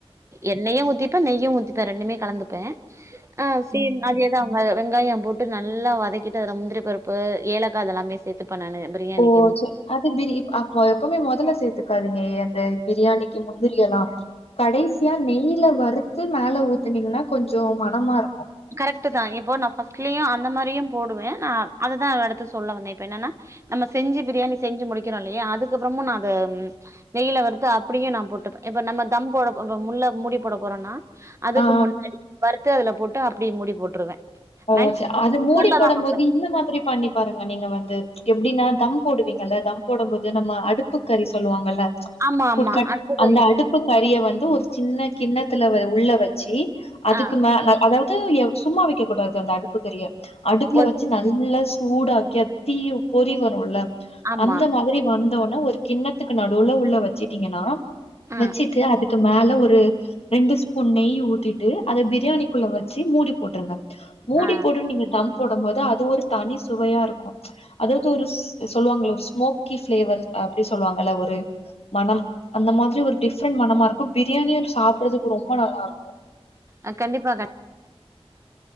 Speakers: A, on the right; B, on the left.
A: எண்ணெயையு ஊத்திப்பே நெய்யு ஊத்திப்பே ரெண்டுமே கலந்துப்பே ஆ சேம் அதேதா வெங்காயம் போட்டு நல்லா வதக்கிட்டு அதுல முந்திரி பருப்பு ஏலக்கா அத எல்லாமே சேத்துப்ப நானு பிரியாணிக்கு
B: ஓ சேர் அது பிரி அப்ப எப்பவுமே மொதல்ல சேத்துக்காதீங்க அந்த பிரியாணிக்கு முந்திரி எல்லா கடைசியா நெய்ல வறுத்து மேல ஊத்துனீங்கன்னா கொஞ்சோ மணமா இருக்கு
A: கரெக்டு தா இப்போ நா ஃபர்ஸ்ட்லயு அந்த மாரியு போடுவே நா அத தா அடுத்து சொல்ல வந்தே இப்ப என்னன்னா நம்ம செஞ்சு பிரியாணி செஞ்சு முடிக்கிறோ இல்லையா அதுக்கு அப்றமு நா அத நெய்ல வறுத்து அப்டியு நா போட்டுப்பே இப்ப நம்ம தம் போட முல்ல மூடி போட போறோம்னா அதுக்கு
B: ஆ
A: முன்னாடி வறுத்து அதுல போட்டு அப்டியே மூடி போட்டுருவே
B: ஓ
A: மேக்சிமம்
B: ச அது
A: குக்கர்ல
B: மூடி போடு
A: தா வப்பே
B: போது இந்த மாரி பண்ணி பாருங்க நீங்க வந்து எப்டின்னா தம் போடுவீங்கல்ல தம் போடு போது நம்ம அடுப்பு கறி சொல்லுவாங்கல்ல
A: ஆமா ஆமா
B: போட் கட்
A: அடுத்தது
B: அந்த
A: எ-
B: அடுப்பு கறிய வந்து ஒரு சின்ன கிண்ணத்துல உள்ள வச்சி அதுக்கு
A: ஆ
B: மேல அதாவது சும்மா வைக்கக் கூடாது அந்த அடுப்பு கரிய அடுப்புல
A: ஒரு
B: வச்சு நா நல்லா சூடாக்கி தீ பொறிவருல
A: ஆமா
B: அந்த மாரி வந்தோனே ஒரு கிண்ணத்துக்கு நடுவுல உள்ள வச்சுட்டீங்கன்னா
A: ஆ
B: வெச்சுட்டு அதுக்கு மேல ஒரு ரெண்டு ஸ்பூன் நெய் ஊத்திட்டு அத பிரியாணிக்குள்ள வச்சு மூடி போட்டுருங்க மூடி
A: ஆ
B: போட் டு நீங்க தம் போடும் போது அது ஒரு தனி சுவையா இருக்கு அதாவது ஒரு சொல்லுவாங்கள ஒரு ஸ்மோக்கி ஃப்ளேவர் அப்டி சொல்லுவாங்கள ஒரு மணம் அந்த மாரி ஒரு டிஃப்ரெண்ட் மணமா இருக்கு பிரியாணியு சாப்பிடறதுக்கு ரொம்ப நல்லா இருக்கு
A: அ கண்டிப்பா க